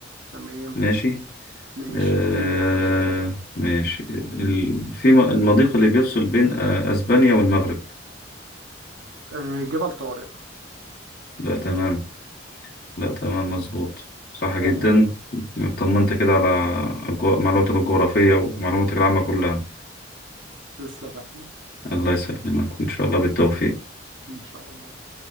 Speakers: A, on the right (about 75°); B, on the left (about 50°).
A: تمام
B: ماشي
A: ماشي
B: آه...
A: اديني آخر سؤال
B: ماشي ال- في م- المضيق اللي بيفصل بين آه، أسبانيا والمغرب
A: آه جبل طارق
B: لا تمام لا تمام مظبوط صح جدا
A: تمام
B: طمنت كده على أجو- معلوماتك الجغرافية ومعلوماتك العامة كلها
A: تسلم يا أحمد.
B: الله يسلمك وإن شاء الله بالتوفيق
A: إن شاء الله